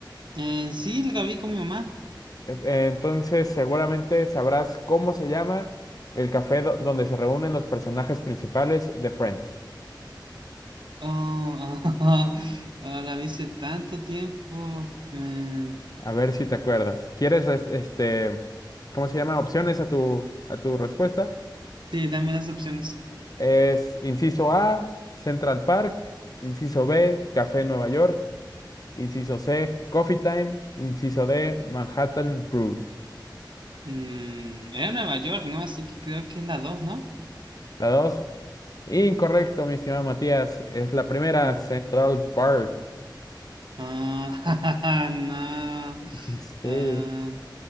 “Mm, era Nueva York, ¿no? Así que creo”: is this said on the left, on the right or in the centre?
Right